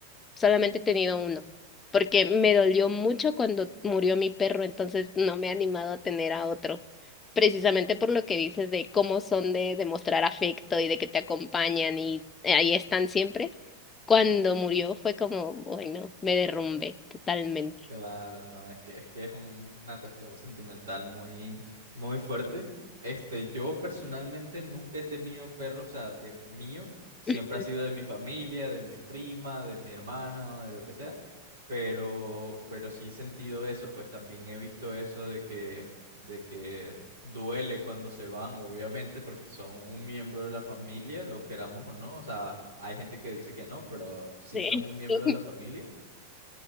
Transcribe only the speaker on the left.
Solamente he tenido uno, porque me dolió mucho cuando murió mi perro, entonces no me he animado a tener a otro. Precisamente por lo que dices de cómo son de demostrar afecto y de que te acompañan y eh, ahí están siempre. Cuando murió fue como, bueno, me derrumbé totalmente.
<laughs>
Sí.
<laughs>